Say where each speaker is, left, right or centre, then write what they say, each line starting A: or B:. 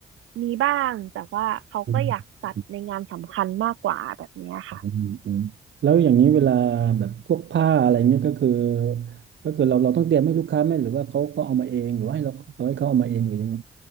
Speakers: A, on the right (about 80°); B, on the right (about 60°).
A: มีบ้างแต่ว่าเขาก็อยากตัดในงานสำคัญมากกว่าแบบเนี้ยค่ะ
B: อืม อืมอืมแล้วอย่างนี้เวลาแบบพวกผ้าอะไรเงี้ยก็คือก็คือเราเราต้องเตรียมให้ลูกค้าไหมหรือว่าเขาเขาเอามาเองหรือว่าให้เราเราให้เขาเอามาเองหรือยังไง